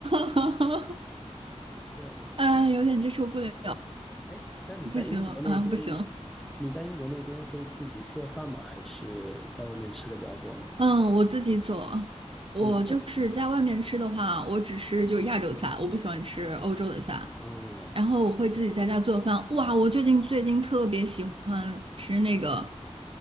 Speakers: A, on the right; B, in the centre.
A: <laughs>
B: 对，
A: 哎，有点接受不了，
B: 哎，那你在英国那边，
A: 不行啊，不行。
B: 你在英国那边会自己做饭吗？还是在外面吃的比较多呢？
A: 嗯，我自己做。我就是在外面吃的话，
B: 你做
A: 我只吃就亚洲菜，我不喜欢吃欧洲的菜。
B: 哦，
A: 然后我会自己在家做饭。哇，我最近最近特别喜欢吃那个，